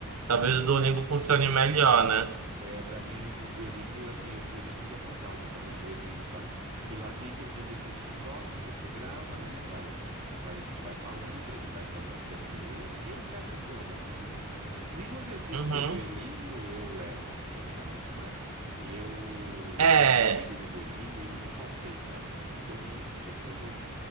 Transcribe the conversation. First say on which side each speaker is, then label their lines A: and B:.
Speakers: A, on the right; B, on the right.
A: Talvez
B: É,
A: o
B: né?
A: Duolingo funcione melhor, né?
B: É, para mim, o Duolingo, assim, eu, eu me sinto à vontade fazendo Duolingo, sabe? E lá tem aqueles exercícios de voz que você grava, né? Vai, vai, vai falando, ele vai dando acerto. Eu, ali eu acerto todas, né? Não tem nenhum exercício
A: Uhum.
B: do Duolingo eu erro, assim, praticamente mais. E eu já
A: É,
B: sou antigo no Duolingo e nunca faltei, sabe? Todos os dias, todos,